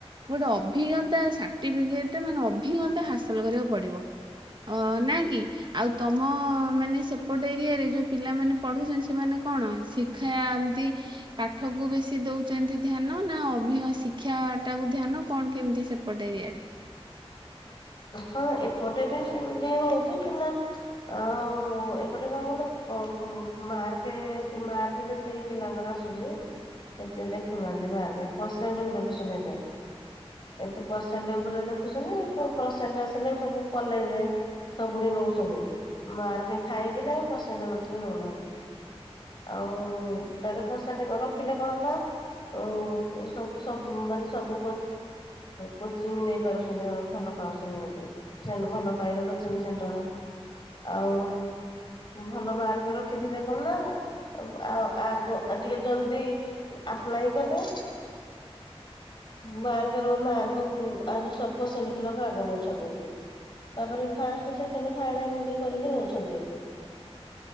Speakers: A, on the right (about 45°); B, on the left (about 45°).
A: ଗୋଟେ ଅଭିଜ୍ଞତା ସାର୍ଟିଫିକେଟ ମାନେ ଅଭିଜ୍ଞତା ହାସଲ କରିବାକୁ ପଡିବ ଅ ନ କି ଆଉ ତମ ମାନେ ସେପଟ ଏରିଆରେ ଯୋଉ ପିଲାମାନୋନ ପଢୁଛନ୍ତି ସେମାନେ କଣ ଶିକ୍ଷା ଏମତି ପାଠ କୁ ବେଶୀ ଦଉଛନ୍ତି ଧ୍ୟାନ ନା ଅଭି ଶିକ୍ଷା ଟାକୁ ଧ୍ୟାନ କଣ କେମିତି ସେପଟ ଏରିଆରେ
B: ହଁ ଏପଟେ ବି ସେମିତି ହଉଛି ପିଲା ଆଉ ଏପଟେ କଣ କଲ ମାର୍କ ମାର୍କ ଯେତିକି ପିଲାଙ୍କର ଆସୁଛି ଏତେ ଦେଖୁନାହାନ୍ତି ମାର୍କ ପରସେଣ୍ଟ କ ଦେଖୁୁନ ଏ ଏତେ ପରସେଣ୍ଟ ଉପରେ ଦେଖୁୁନି ସେଣ୍ଟ ଆସିଲେ ସବୁ କଲେଜରେ ସବୁଠି ନଉୁନି ମା ଥାଇକି ନାାଇ ପସେଣ୍ଟ ନଥିଲେ ନେଉନାହାନ୍ତି ଆଉ ତାର ପସେଣ୍ଟ ରଖିଲେ କଣ ହେଲାୁ ମାନେ ସବୁ କୋଚିଂ ନେଇ ପାରୁୁି ଆ ଭଲ ପା ଭଲ ପାଇ କୋଚି ସେଣ୍ଟର ଆଉ ଭଲ ମାର୍କ ରଖିଥିଲେ କଣ ନା ଆଉ ଆଗ ଟିକେ ଜଲଦି ଆପ୍ କଲେ ମକ ମକ ପିଲା ତାପରେ ଫା ଥମି କରିକି ନଉଛନ୍ତି